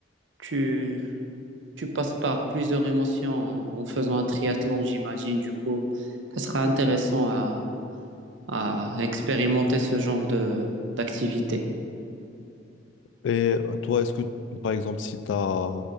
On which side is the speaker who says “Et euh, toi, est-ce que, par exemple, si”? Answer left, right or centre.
Left